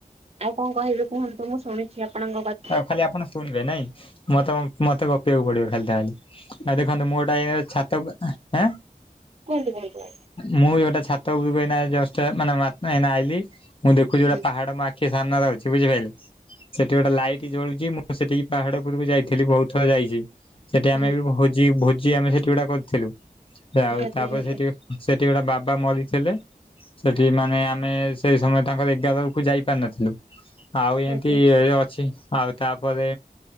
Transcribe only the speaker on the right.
ଆଉ କଣ କହିବେ କୁହନ୍ତୁ ମୁଁ ଶୁଣିଛି ଆପଣଙ୍କ କଥ
କୁହନ୍ତୁ କୁହନ୍ତୁ
ହୁଁ
ହୁଁ
ନିହାତି
ନିହାତି
ଆଜ୍ଞା।